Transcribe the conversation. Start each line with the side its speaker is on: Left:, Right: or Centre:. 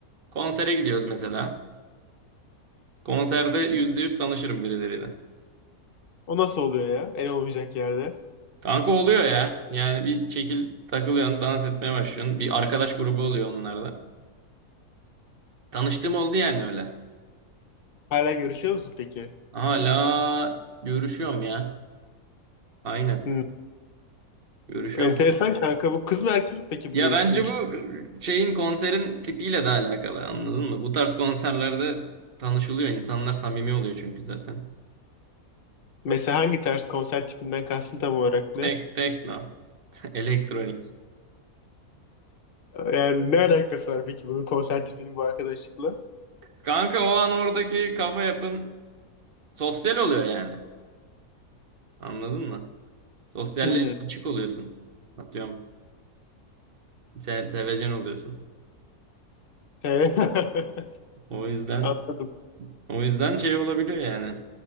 Right: konsere gidiyoruz mesela. Konserde yüzde yüz tanışırım birileriyle.
Left: O nasıl oluyor ya? En olmayacak yerde.
Right: Kanka oluyor ya. Yani bir şekil takılıyorsun, dans etmeye başlıyorsun. Bir arkadaş grubu oluyor onlarda. Tanıştığım oldu yani öyle.
Left: Hala görüşüyor musun peki?
Right: Hala görüşüyorum ya. Aynen.
Left: Hmm.
Right: Görüşüyorum.
Left: Enteresan kanka. Bu kız mı erkek mi peki
Right: Ya
Left: bu görüştüğün
Right: bence
Left: kişi?
Right: bu şeyin konserin tipiyle de alakalı anladın mı? Bu tarz konserlerde tanışılıyor insanlar samimi oluyor çünkü zaten.
Left: Mesela hangi tarz konser tipinden kastın tam olarak ne?
Right: Tek tekno, <laughs> elektronik.
Left: Yani ne alakası var peki bunun konser tipinin bu arkadaşlıkla?
Right: Kanka o an oradaki kafa yapın sosyal oluyor yani. Anladın mı? Sosyalliğe
Left: Hmm.
Right: açık oluyorsun. Atıyorum. Se sevecen oluyorsun.
Left: Te- <laughs>
Right: O yüzden
Left: Anladım.
Right: o yüzden şey olabiliyor yani.